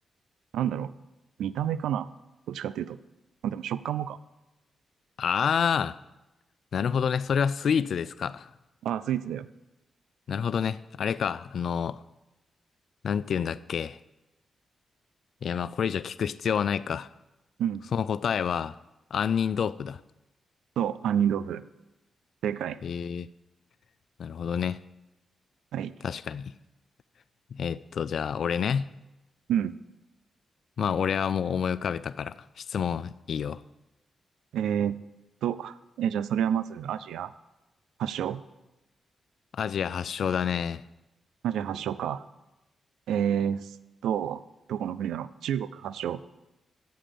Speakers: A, on the right; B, on the left.
A: なんだろう。見た目かな。どっちかっていうと。まあ、でも食感もか。
B: あー、なるほどね。それはスイーツですか。
A: ああ、スイーツだよ。
B: なるほどね。あれか。あの、なんて言うんだっけ。いや、まあ、これ以上聞く必要はないか。
A: うん。
B: その答えは、杏仁豆腐だ。
A: そう、杏仁豆腐。正解。
B: ええ、なるほどね。
A: はい。
B: 確かに。えーっと、じゃあ、俺ね。
A: うん。
B: まあ、俺はもう思い浮かべたから、質問いいよ。
A: えーっと、え、じゃあそれはまずアジア発祥
B: アジア発祥だね。
A: アジア発祥か。えーっと、どこの国だろう中国発祥。